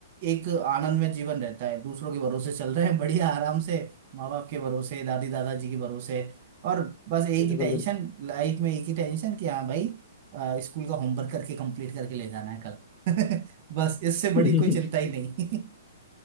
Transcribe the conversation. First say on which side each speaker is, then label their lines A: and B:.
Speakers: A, on the right; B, on the left.
A: एक आनंद में जीवन रहता है दूसरों के भरोसे चल रहे हैं बढ़िया आराम से माँ बाप के भरोसे दादी दादाजी के भरोसे और बस एक
B: बिल्कुल
A: ही टेंशन
B: बिल्कुल
A: लाइफ में एक ही टेंशन कि हाँ भाई अ, स्कूल का होमवर्क करके कंप्लीट करके ले जाना है कल <laughs> बस इससे
B: <laughs>
A: बड़ी कोई चिंता ही नहीं